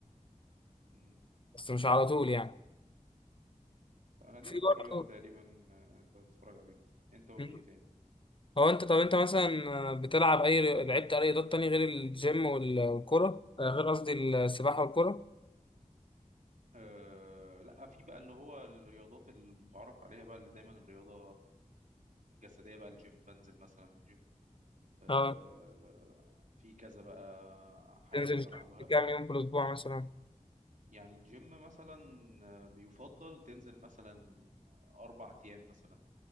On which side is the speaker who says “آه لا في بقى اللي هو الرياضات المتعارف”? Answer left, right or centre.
Right